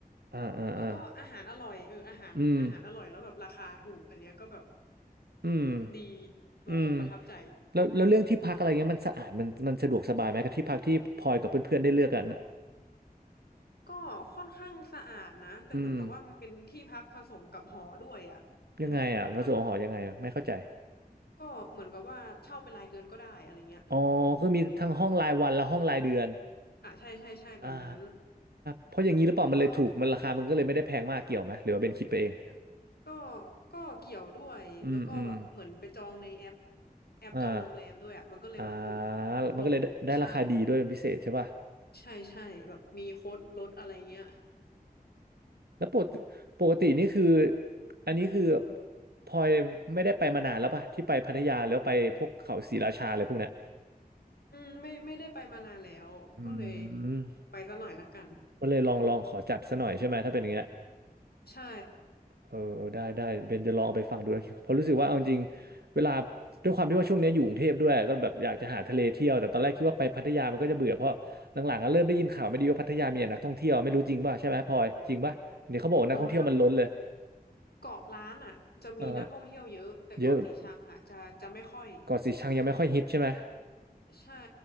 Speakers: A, on the right; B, on the left.
A: อ่าอ่าอ่า
B: แล้วก็อาหารอร่อยเอออาหารอาหารอร่อยแล้วแบบราคาถูกอันเนี้ยก็แบบ
A: อืมอืม
B: ดีเราแบบประทับใจ
A: อืมแล้วแล้วเรื่องที่พักอะไรเงี้ยมันสะอาดมันมันสะดวกสบายไหมกับที่พักที่พลอยกับเพื่อนๆได้เลือกกันอะ
B: ก็ค่อนข้างสะอาดนะแต่เหมือนกับว่ามันเป็นที่พักผสมกับหอด้วยอ่ะอืมมัน
A: อืมยังไงอ่ะพระสงฆ์หอยังไงอะไม่เข้าใจ
B: ก็เหมือนกับว่าเช่าเป็นรายเดือนก็ได้อะไรเงี้ย
A: อ๋อคือมีทั้งห้องรายวันและห้องรายเดือน
B: อ่ะใช่ใช่ใช่แบบนั้น
A: อ่าเพราะอย่างนี้หรือเปล่ามันเลยถูกมันราคามันก็เลยไม่ได้แพงมากเกี่ยวไหมหรือว่าเป็นคิดไปเอง
B: ก็ ก็ก็เกี่ยวด้วยแล้วก็แบบเหมือนไปจองในแอป
A: <laughs> อืมอืม
B: แอปจองโรงแรมด้วยอ่ะมันก็เลยแบบถูกถูกลงใช่
A: อ่าอ่ามันก็เลยได้ได้ราคาดีด้วยเป็นพิเศษใช่ป่ะ
B: ใช่ใช่แบบมีโค้ดลดอะไรเงี้ย
A: แล้วปกติปกตินี่คืออันนี้คือพลอยไม่ได้ไปมานานแล้วป่ะที่ไปพัทยาแล้วาไปพวกเขาศรีราชาอะไรพวกเนี้ย
B: อืมไม่ไม่ได้ไปมานานแล้วก็เลย
A: อืม
B: ไปซะหน่อยละกัน
A: ก็เลยลองลองขอจัดซะหน่อยใช่ไหมถ้าเป็นอย่างเงี้ย
B: ใช่
A: เออได้ได้เบนจะลองเอาไปฟังดูนะเพราะรู้สึกว่าเอาจริงๆเวลาด้วยความที่ว่าช่วงนี้อยู่กรุงเทพด้วยก็แบบอยากจะหาทะเลเที่ยวแต่ตอนแรกคิดว่าไปพัทยามันก็จะเบื่อเพราะหลังๆก็เริ่มได้ยินข่าวไม่ดีว่าพัทยามีแต่นักท่องเที่ยวไม่รู้จริงป่ะใช่ไหมพลอยจริงป่ะเดี๋ยวนี้เขาบอกว่านักท่องเที่ยวมันล้นเลย
B: อ๋อถ้าเกาะล้านอ่ะจะมีนักท่องเที่ยวเยอะแต่เกาะสีชังอ่ะจะจะไม่ค่อย
A: เออเยอะแบบเกาะสีชังยังไม่ค่อยฮิตใช่ไหม
B: ใช่